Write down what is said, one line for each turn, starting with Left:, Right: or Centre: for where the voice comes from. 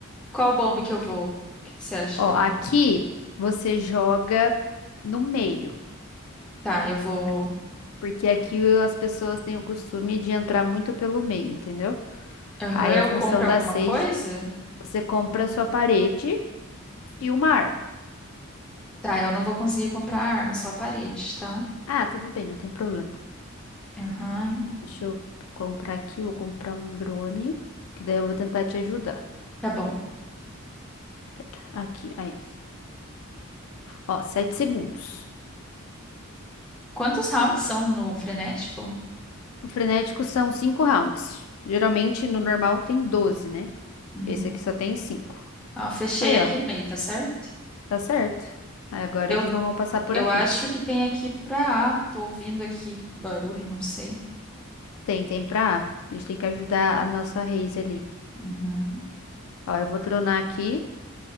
Centre: Qual bomba que eu vou? O que que você acha
Left: Ó,
Centre: que eu
Left: aqui
Centre: melhor?
Left: você joga no meio.
Centre: Tá, eu vou.
Left: Aqui- Porque aqui as pessoas têm o costume de entrar muito pelo meio, entendeu?
Centre: Aham,
Left: Aí
Centre: eu
Left: a função
Centre: compro
Left: da
Centre: alguma
Left: Sage,
Centre: coisa?
Left: você compra a sua parede e uma arma.
Centre: Tá, eu não vou conseguir comprar arma, só a parede, tá?
Left: Ah, tudo bem, não tem problema.
Centre: Aham,
Left: Deixa eu comprar aqui, vou comprar um drone, que daí eu vou tentar te ajudar.
Centre: tá bom.
Left: Pera, aqui, aí. Ó, sete segundos.
Centre: Quantos rounds são no frenético?
Left: O frenético são cinco rounds. Geralmente no normal tem 12, né?
Centre: Uhum.
Left: Esse aqui só tem cinco.
Centre: Ó, fechei
Left: Aí,
Centre: aqui
Left: ó,
Centre: o meio, tá certo?
Left: tá certo. Aí agora
Centre: Eu,
Left: eles não vão passar por
Centre: eu
Left: aqui.
Centre: acho que tem aqui pra A. Tô ouvindo aqui barulho, não sei.
Left: Tem, tem pra A. A gente tem que ajudar a nossa Reis ali.
Centre: Uhum.
Left: Ó, eu vou dronar aqui